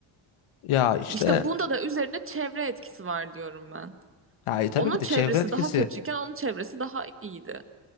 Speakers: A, on the left; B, on the right.
A: Ya işte
B: İşte bunda da üzerinde çevre etkisi var diyorum ben.
A: Yani tabii
B: Onun
A: ki
B: çevresi
A: de çevre etkisi.
B: daha kötüyken onun çevresi daha iyiydi.